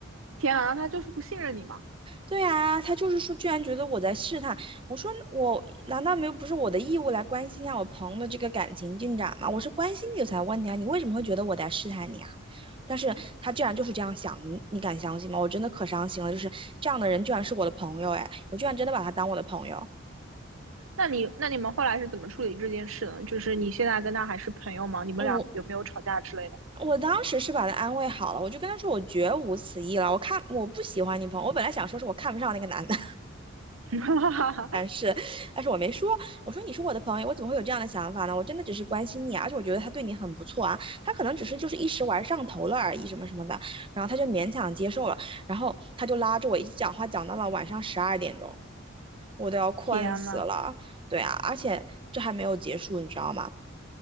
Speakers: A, on the right; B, on the right.
A: 天啊，那他就是不信任你吗？
B: 对啊，他就是说，居然觉得我在试探。我说我难道没有不是我的义务来关心一下我朋友的这个感情进展吗？我是关心你才问你啊，你为什么会觉得我在试探你啊？但是他居然就是这样想，你你敢相信吗？我真的可伤心了，就是这样的人居然是我的朋友，哎，我居然真的把他当我的朋友。
A: 那你那你们后来是怎么处理这件事的呢？就是你现在跟他还是朋友吗？你们俩有没有吵架之类的？
B: 哦我我当时是把他安慰好了，我就跟他说我绝无此意了，我看我不喜欢你朋友，我本来想说是我看不上那个男的。
A: <laughs>
B: 是，但是我没说，我说你是我的朋友，我怎么会有这样的想法呢？我真的只是关心你啊而且我觉得他对你很不错啊，他可能只是就是一时玩上头了而已，什么什么的，然后他就勉强接受了，然后他就拉着我一直讲话，讲到了晚上十二点钟，我都要困死了，
A: 天呐，
B: 对啊，而且这还没有结束，你知道吗？